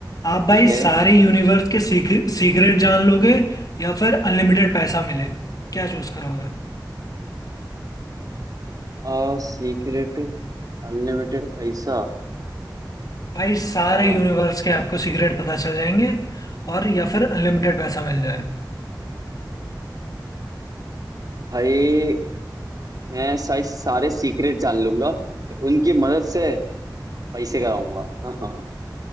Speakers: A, on the left (about 50°); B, on the right (about 55°).
A: आप
B: ठीक
A: भाई
B: है
A: सारे यूनिवर्स के सीक्रेट जान लोगे या फिर अनलिमिटेड पैसा मिले क्या चूज करोगे
B: आ, सीक्रेट अनलिमिटेड पैसा
A: भाई सारे
B: आ,
A: यूनिवर्स के आपको सीक्रेट पता चल जाएंगे और या फिर अनलिमिटेड पैसा मिल जाए
B: भाई मैं सारे सारे सीक्रेट जान लूंगा तो उनकी मदद से पैसे कराऊंगा हाँ हाँ